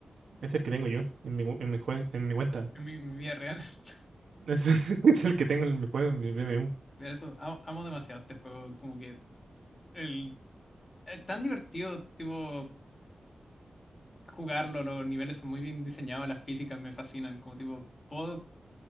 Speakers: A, on the right; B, on the left.
A: es el que tengo yo en mi, gu- en mi, jue- en mi cuenta. <laughs>
B: en mi, mi vida real. <laughs>
A: Es, es el que tengo en mi juego, en mi BMU.
B: Pero eso, amo, amo demasiado este juego, como que el, es tan divertido, tipo, jugarlo, los niveles son muy bien diseñados, las físicas me fascinan, como tipo, puedo,